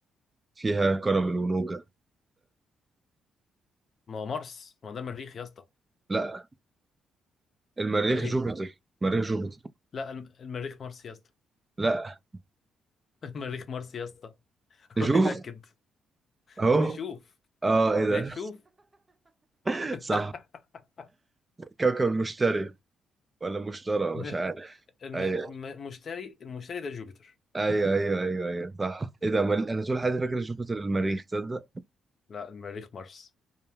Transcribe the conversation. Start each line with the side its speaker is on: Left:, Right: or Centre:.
Right: فيها كراميل ونوجا
Left: ما هو مارس ما هو ده مريخ يا اسطى
Right: لا المريخ
Left: امال ايه
Right: جوبيتر مريخ جوبيتر
Left: لا الم- المريخ مارس يا اسطى
Right: لا
Left: <laughs> المريخ مارس يا اسطى
Right: نشوف
Left: روح اتأكد <laughs>
Right: اهو
Left: نشوف
Right: اه ايه
Left: ماشي
Right: ده
Left: شوف
Right: <laughs>
Left: <laughs>
Right: صح كوكب المشتري ولا مشترى
Left: <laughs>
Right: مش عارف
Left: الم...
Right: ايوه
Left: الم... مشتري المشتري ده جوبيتر
Right: ايوه ايوه ايوه ايوه صح ايه ده مال... انا طول حياتي فاكر جوبيتر المريخ تصدق
Left: لا المريخ مارس